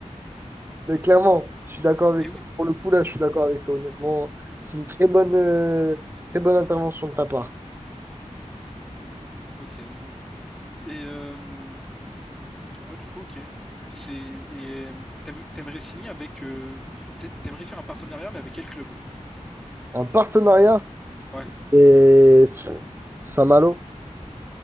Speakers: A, on the right; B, in the centre.
A: Mais clairement, je suis d'accord avec
B: Et oui,
A: toi. Pour le coup, là, je suis d'accord avec toi, honnêtement. C'est une très bonne, euh, très bonne intervention de ta part.
B: ok. Et, euh, ouais, du coup, ok. C'est, et euh, t'aim- t'aimerais signer avec, euh, t'a- t'aimerais faire un partenariat, mais avec quel club?
A: Un partenariat
B: Ouais,
A: et pff, Saint-Malo.